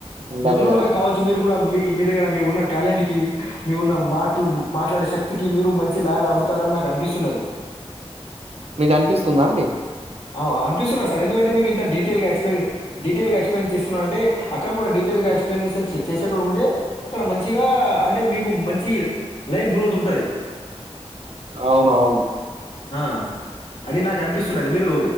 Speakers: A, on the right; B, on the left.
A: ఉండాలి
B: నిపుణులుగా
A: కదా
B: కావచ్చు మీరు గూడా మీకు మీ దగ్గర మీ ఉన్న టాలెంట్ కీ, మీ ఉన్న మాటలు మాట్లాడే శక్తికి, మీరు మంచి లాయర్ అవవుతారని నాకు అనిపిస్తున్నది.
A: మీకు అనిపిస్తుందా అండి
B: అవ్ అ అనిపిస్తున్నా సార్. ఎందుకంటే, మీరు ఇంత డీటేయిల్గా ఎక్స్ప్లెరి, డీటెయిల్గా ఎక్స్ప్లెయిన్ చేస్తున్న అంటే అక్కడ గూడా డీటెయిల్గా ఎక్స్ప్లెయినేషన్ చె చేసేటోడు ఉంటే అక్కడ మంచిగా, అంటే మీకు మంచి లైఫ్ గ్రోత్ ఉంటది.
A: అవునవును
B: ఆ అది నాకు అనిపిస్తున్నది మీరు